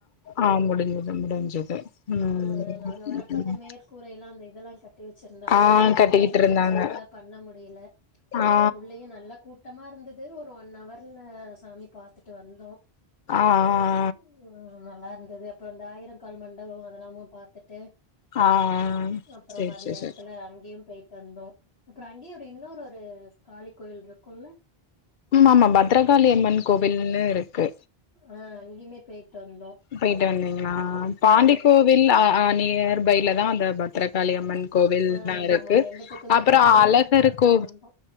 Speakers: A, on the left; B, on the left.
A: ஆ முடிஞ்து முடிஞ்சது ம்
B: அ ஆ நாங்க வரப்ப அந்த மேற்கூரைல்லாம் அந்த இதெல்லா கட் டி வச்சிருந்தாங்க
A: ஆ கட்டிக்கிட்டு
B: கோபுர
A: இருந்தாங்க
B: தரிசனம் கூட பண்ண முடியல
A: ஆ
B: உள்ளயும் நல்ல கூட் டமா இருந்தது ஒரு ஒன் அவர்ல சாமி பாத்துட்டு வந்தோ
A: அ ஆ
B: உ அ நல்லா இருந்தது அப்பறோ இந்த ஆயிரக்கால் மண்டபம் அதெல்லாமும் பாத்துட்டு
A: ஆ ஆ
B: அப்பறோ
A: சேரி
B: மத்தியானத்துல
A: சேரி சேரி
B: அங்கயூ போயிட்டு வந்தோம் அப்பறோ அங்கே ஒரு இன்னொரு ஒரு காளி கோயில் இருக்குல்ல
A: ம் ஆமாம பத்ரகாளியம்மன் கோவில்ன்னு இருக்கு
B: ஆ அங்கியுமே பேயிட்டு வந்தோ
A: போயிட்டு வந்தீங்களா பாண்டி
B: ஆ
A: கோவில் அ ஆ நியர் பைல தா அந்த பத் ரகாளியம்மன் கோவில்தா
B: ஆ ஆமா
A: இருக்கு
B: ஆமா ரெண்டுத்துக்குமே
A: அப்பறம்
B: போயிட்டு
A: அ அழகர்
B: அதுக்கப்புறோ
A: கோ
B: வந்தோ